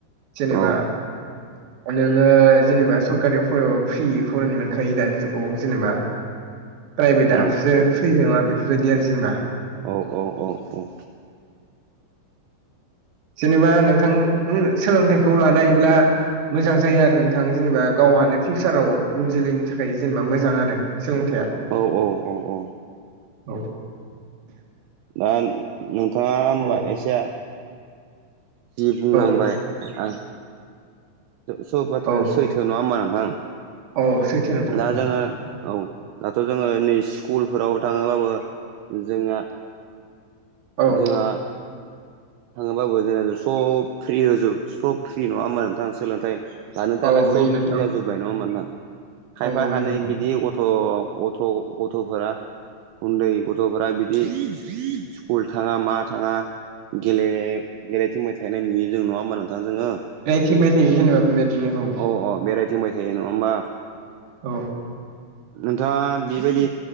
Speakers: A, on the right; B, on the right.
A: जेनेबा
B: औ
A: नोङो जेनेबा सरकारियाव फरायबाबो फ्रियै फरायनो मोनखायो दानि जुगाव जेनेबा। प्राइभेटआसो
B: औ
A: फ्रि नोङा बेफोरबायदि आरो जेनेबा।
B: औ औ औ औ
A: जेनेबा नोंथां सोलोंथाइखौ लानोहायोब्ला मोजां जायो आरो नोंथां जेनेबा गावहानो फिउचाराव उन जोलोयनि थाखाय जेनेबा मोजां आरो। सोलोंथाइआ।
B: औ औ औ औ
A: औ
B: दा नोंथाङा होमबा
A: औ
B: एसे। जि बुंनांबाय
A: औ
B: आं। स बाथ्राया
A: औ
B: सैथो नङा होमबा नोंथां
A: औ सैथो नोंथां
B: दा
A: औ
B: जोङो औ दाथ' जोङो नै स्कुलफोराव थाङोबाबो जोंना
A: औ
B: जोंआ थाङोबाबो जोंना सब फ्रि होजोब सब फ्रि नङा होमबा नोंथां सोलोंथाइ लानो थाखाय
A: औ होयो
B: सब
A: नोंथां
B: फ्रि जाजोब्बाय नङा होमबा नोंथां खायफा
A: औ होयो
B: खानै
A: नोंथां
B: बिदि गथ' गथ' गथ'फोरा उन्दै गथ'फोरा बिदि स्कुल थाङा मा थाङा गेले गेलेथिंबाय थानाय नुयो जों नङा होमबा नोंथां जोङो?
A: थिनबाय थायो
B: औ
A: जेनेबा बेबायदिनो औ
B: अ बेराय थिंबाय थायो नङा होमबा?
A: औ
B: नोंथाङा बेबायदि